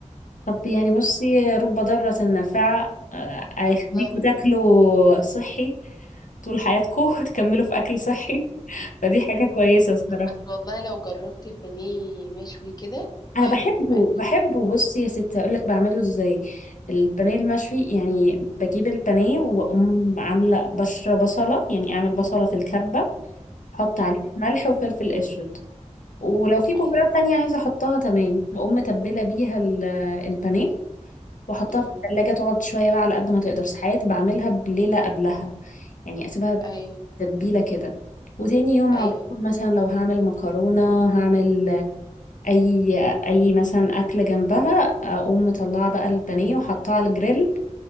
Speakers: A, on the left; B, on the left.
A: طب يعني بصي رب ضارة نافعة آه، هيخليكوا
B: بالظبط
A: تاكلوا صحي طول حياتكم <laughs> تكملوا في أكل صحي فدي حاجة كويسة الصراحة
B: بس والله لو جربت البانيه مشوي كده
A: أنا
B: أحلى
A: بحبه
B: من المقلي بكتير
A: بحبه بصي يا ستي أقول لك بعمله إزاي البانيه المشوي يعني بجيب البانيه وأقوم عاملة بشرة بصلة يعني أعمل بصلة في الكبة أحط
B: امم
A: عليها ملح وفلفل أسود ولو في بهارات
B: أيوه
A: تانية عايزة احطها تمام هقوم متبلة بيها ال- البانيه واحطها
B: امم
A: في التلاجة تقعد شوية بقى على قد ما تقدر ساعات بعملها بليلة قبلها يعني اسيبها
B: أيوه
A: تتبيلة كده وتاني يوم
B: أيوه
A: على طول مثلا لو هعمل مكرونة هعمل اي اي مثلا اكل جنبها اقوم مطلعة بقى البانيه وحطها على الجريل